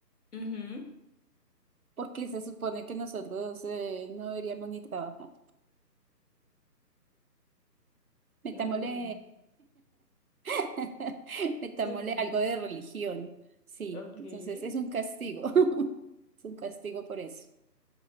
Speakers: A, on the left (about 60°); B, on the right (about 60°).
A: Ujú.
B: Porque se supone que nosotros eh, no deberíamos ni trabajar. Metámosle,
A: Mm,
B: <laughs> metámosle
A: mm,
B: algo de religión. Sí,
A: ok.
B: entonces es un castigo. <laughs> Es un castigo por eso.